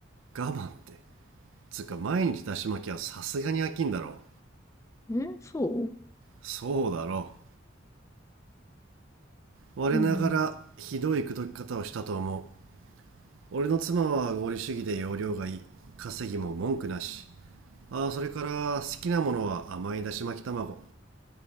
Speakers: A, on the right (about 85°); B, on the left (about 15°).
A: 慢ってつうか毎日だし巻きはさすがに飽きんだろ
B: え、そう
A: そうだろう我ながらひどい口説き方をしたと思う
B: うん。
A: 俺の妻は合理主義で容量がいい稼ぎも文句なしああそれから好きなものは甘いだし巻き卵